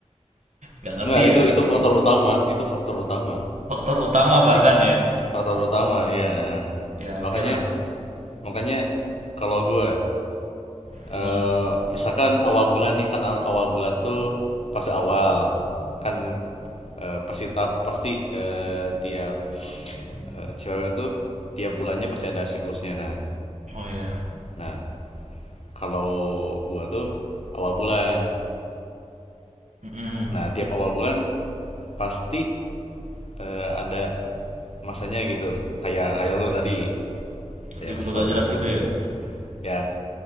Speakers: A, on the right; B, on the left.
A: Gak ngerti
B: nggak
A: ya
B: itu
A: tapi
B: itu faktor utama, itu faktor utama.
A: faktor utama
B: Sih,
A: bahkan ya.
B: faktor utama ya.
A: Ya oke
B: Makanya
A: lah.
B: makanya kalau gue eh
A: Gimana?
B: misalkan awal bulan nih kan awal bulan tuh pas awal kan eh, pasti ta- pasti eh, tiap eh, cewek tuh tiap bulannya pasti ada siklusnya kan.
A: Oh iya.
B: Nah, kalau gua tuh awal bulan.
A: Mm-mm.
B: Nah, tiap awal bulan pasti eh, ada masanya gitu. Kayak kayak lu tadi kayak
A: Tiba-tiba
B: kesel
A: gak jelas
B: bad mood
A: gitu ya.
B: gitu. Ya,